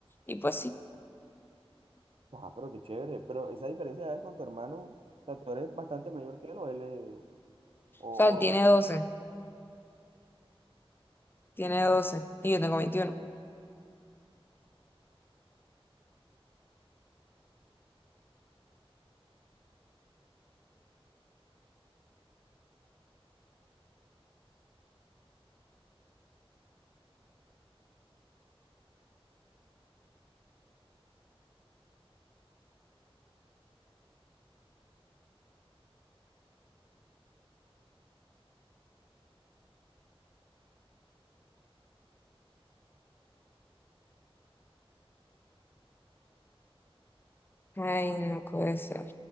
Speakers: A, on the left; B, on the right.
A: Y pues sí,
B: Ajá, pero qué chévere. Pero esa diferencia de edades con tu hermano, o sea, tú eres bastante mayor que él o él es,
A: o
B: o,
A: sea, él
B: o no
A: tiene
B: mucho.
A: doce tiene 12 y yo tengo veintiuno Ay, no puede ser.